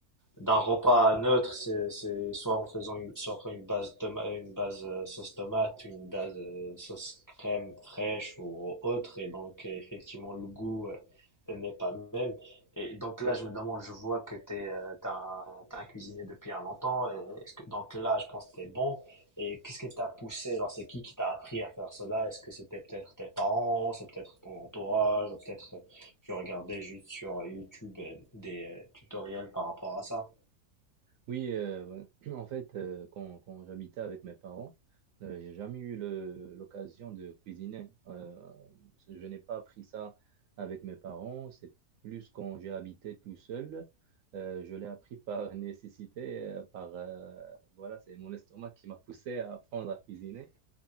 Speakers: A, on the left (about 15°); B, on the right (about 65°).
A: d'un repas neutre, c'est, c'est soit en faisant une, soit en faisant une base toma- une base euh, sauce tomate, une base euh, sauce crème fraîche ou autre, et donc euh, effectivement le goût euh, n'est pas le même. Et donc là, je me demande, je vois que t'es, euh, t'as, un- t'as un cuisinier depuis un longtemps, et est-ce que, donc là, je pense que t'es bon. Et qu'est-ce que t'as poussé? Genre, c'est qui qui t'a appris à faire cela? Est-ce que c'était peut-être tes parents, c'est peut-être ton entourage, ou peut-être euh, tu regardais juste sur YouTube euh, des euh, tutoriels par rapport à ça?
B: Oui, euh, <clears throat> en fait, euh, quand, quand j'habitais avec mes parents, euh, j'ai jamais eu le- l'occasion de cuisiner. Euh, je n'ai pas appris ça avec mes parents. C'est plus quand j'ai habité tout seul. Euh, je l'ai appris par <laughs> nécessité, euh, par euh, voilà, c'est mon estomac qui m'a poussé à apprendre à cuisiner.